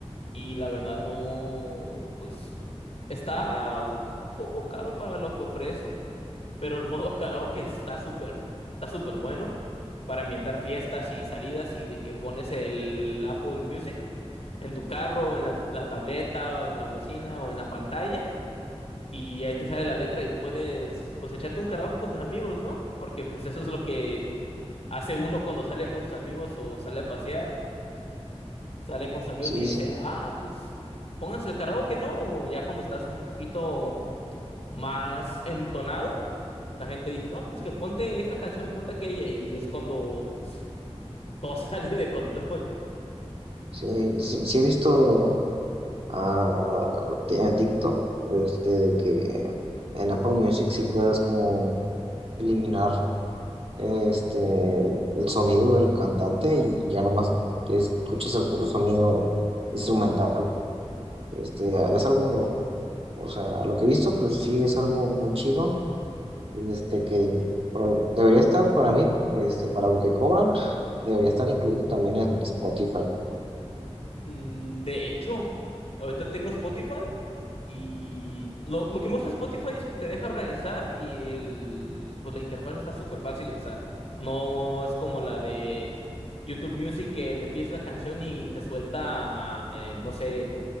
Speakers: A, on the left; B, on the right.
A: Y la verdad no, pues está un poco caro para lo que ofrece, pero el modo <laughs> karaoke está súper, está súper bueno para ambientar fiestas y salidas y de que pones el Apple Music en tu carro, o en la, la tableta, o en la bocina, o en la pantalla, y ahí te sale la letra y puedes, pues echarte un karaoke con tus amigos, ¿no? Porque pues <laughs> eso es lo que hace uno cuando sale con sus amigos o sale a pasear sale con sus amigos
B: Sí,
A: y dice,
B: sí,
A: ah, pues pónganse el karaoke, ¿no? O ya cuando estás un poquito más entonado, la gente dice, no, pues que ponte esta canción, ponte aquella, y es cuando pues todo <laughs> sale de control.
B: sí, sí, sí he visto ah, t- en TikTok este, de que en Apple Music sí puedes como eliminar este, el sonido del cantante y ya nomás escuchas el puro sonido instrumental. Este, es algo, o sea, a lo que he visto, pues sí es algo muy chido, y este, que pro- debería estar para mí, este, para lo que cobran, debería estar incluido también en Spotify.
A: Mm, De hecho, ahorita tengo Spotify y lo, lo que me gusta de Spotify es que te deja organizar y el, pues la interfaz está súper fácil de usar. No es como la de YouTube Music que le pides una canción y te suelta, eh, no sé,